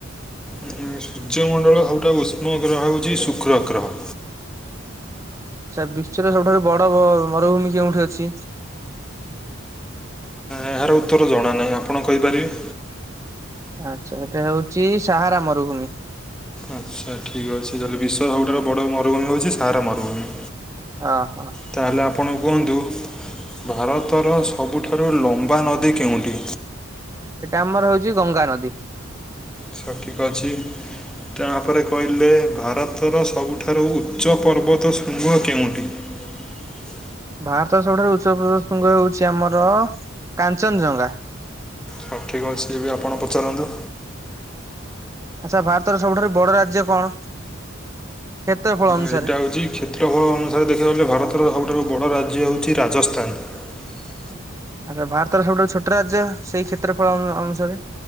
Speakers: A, in the centre; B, on the right.
A: ହୁଁ, ସୂର୍ଯ୍ୟମଣ୍ଡଳର ସବୁଠାରୁ ଉଷ୍ମ ଗ୍ରହ ହଉଛି, ଶୁକ୍ର ଗ୍ରହ।
B: ଆଛା, ବିଶ୍ଵର ସବୁଠାରୁ ବଡ-ଅ ମରୁଭୂମି କେଉଁଠି ଅଛି?
A: ଏହାର ଉତ୍ତର ଜଣା ନାହିଁ। ଆପଣ କହିପାରିବେ!
B: ଆଛା, ହେଟା ହେଉଛି ସାହାରା ମରୁଭୂମି।
A: ଆଚ୍ଛା, ଠିକ୍ ଅଛି। ତାହେଲେ ବିଶ୍ବର ସବୁଠାରୁ ବଡ଼ ମରୁଭୂମି ହଉଛି, ସାହାରା ମରୁଭୂମି।
B: ଆ, ହଁ।
A: ତାହେଲେ ଆପଣ କୁହନ୍ତୁ! ଭାରତର ସବୁଠାରୁ ଲମ୍ବା ନଦୀ କେଉଁଠି?
B: ଏଟା ଆମର ହଉଛି ଗଙ୍ଗାନଦୀ।
A: ସଠିକ୍ ଅଛି। ତା'ପରେ କହିଲେ, ଭାରତର ସବୁଠାରୁ ଉଚ୍ଚ ପର୍ବତ ଶୃଙ୍ଗ କେଉଁଠି? <unintelligible>
B: ଭାରତର ସବୁଠାରୁ ଉଚ୍ଚ <unintelligible> ଶୃଙ୍ଗ ହେଉଛି ଆମର କାଞ୍ଚନ ଜଂଗା।
A: ହଁ, ଠିକ ଅଛି। ଏବେ ଆପଣ ପଚାରନ୍ତୁ?
B: ଆଚ୍ଛା, ଭାରତର ସବୁଠାରୁ ବଡ ରାଜ୍ୟ କଣ? କ୍ଷେତ୍ରଫଳ ଅନୁସାରେ?
A: ଏଇଟା ହଉଛି, କ୍ଷେତ୍ରଫଳ ଅନୁସାରେ ଦେଖିବାକୁ ଗଲେ, ଭାରତର ସବୁଠାରୁ ବଡ ରା ଯେ ହଉଛି, ରାଜସ୍ଥାନ।
B: ଆଚ୍ଛା, ଭାରତର ସବୁଠାରୁ ଛୋଟ ରାଜ୍ୟ, ସେଇ କ୍ଷେତ୍ରଫଳ ଅ-ଅନୁସାରେ?